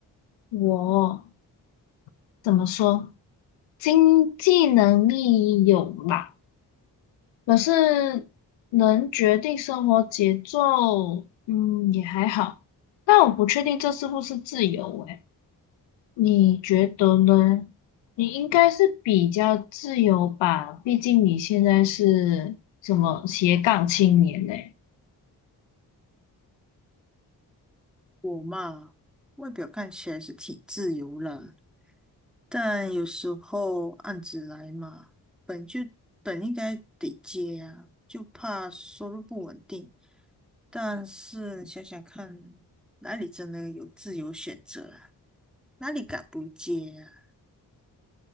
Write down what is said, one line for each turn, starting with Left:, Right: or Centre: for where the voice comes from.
Left: 我怎么说？经济能力有吧，可是能决定生活节奏，嗯，也还好。但我不确定这是不是自由诶，你觉得呢？你应该是比较自由吧，毕竟你现在是什么斜杠青年呢？
Centre: 我嘛，外表看起来是挺自由啦，但有时候案子来嘛，本就本应该得接啊，就怕收入不稳定。但是想想看，哪里真的有自由选择啊？哪里敢不接啊？